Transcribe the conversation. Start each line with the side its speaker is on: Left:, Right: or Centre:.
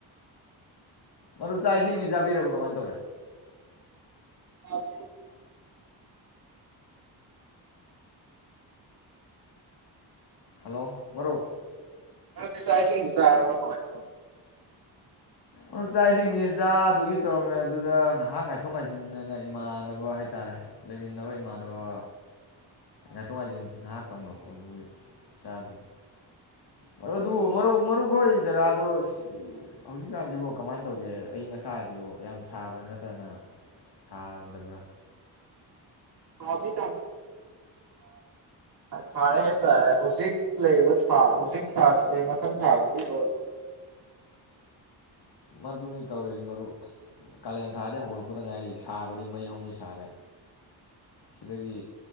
Left: ꯃꯔꯨꯞ ꯆꯥꯛ ꯏꯁꯤꯡꯗꯤ ꯆꯥꯕꯤꯔꯕ ꯀꯃꯥꯏꯅ ꯇꯧꯔꯦ
Right: ꯑ <inaudible>
Left: ꯍꯜꯂꯣ ꯃꯔꯨꯞ
Right: ꯍꯂꯣ ꯆꯥꯛ ꯏꯁꯤꯡꯗꯤ ꯆꯥꯔꯕ ꯀꯃꯥꯏꯟ ꯇꯧꯔꯦ
Left: ꯑꯗꯨ ꯆꯥꯛ ꯏꯁꯤꯡꯗꯤ ꯆꯥꯗꯨꯒꯤ ꯇꯧꯔꯝꯃꯦ ꯑꯗꯨꯗ ꯉꯥꯏꯍꯥꯛ ꯉꯥꯏꯊꯣꯛ ꯉꯥꯏꯖꯤꯟꯅꯦꯅ ꯏꯃꯥꯟꯅꯕ ꯍꯥꯏ ꯇꯔꯦ ꯂꯩꯃꯤꯟꯅꯕ ꯏꯃꯥꯟꯅꯕ ꯉꯥꯏꯊꯣꯛ ꯉꯥꯏꯖꯤꯟ ꯉꯥꯏꯍꯥꯛ ꯇꯧꯅꯕ ꯑꯗꯨꯒꯤ ꯆꯥꯗ꯭ꯔꯤ ꯃꯔꯨꯞ ꯑꯗꯨꯕꯨ ꯃꯔꯨꯞ ꯃꯔꯨꯞ ꯈꯣꯏ ꯖꯒꯥꯗꯣ ꯍꯧꯖꯤꯛꯀꯥꯟꯁꯤꯕꯨ ꯀꯃꯥꯏꯅ ꯇꯧꯒꯦ ꯑꯏꯪ ꯑꯁꯥꯁꯤꯕꯨ ꯌꯥꯝ ꯁꯥꯕ꯭ꯔꯥ ꯅꯠꯇꯅ ꯁꯥꯗꯕ꯭ꯔꯥ
Right: ꯁꯥꯕꯒꯤ ꯁꯥꯔꯦ ꯍꯥꯏꯇꯔꯦ ꯍꯧꯖꯤꯛ ꯂꯩꯔꯤꯕ ꯊꯥ ꯍꯧꯖꯤꯛ ꯊꯥꯁꯤ ꯃꯊꯪ ꯊꯥꯕꯧꯗꯤ <inaudible>
Left: ꯃꯗꯨꯅꯤ ꯇꯧꯔꯤꯁꯤ ꯃꯔꯨꯞ ꯀꯥꯂꯦꯟ ꯊꯥꯗꯤ ꯍꯧꯒꯠꯂꯛꯄꯗ ꯉꯥꯏꯔꯤ ꯁꯥꯕꯗꯤ ꯃꯩ ꯍꯧꯃꯩ ꯁꯥꯔꯦ ꯁꯤꯗꯒꯤ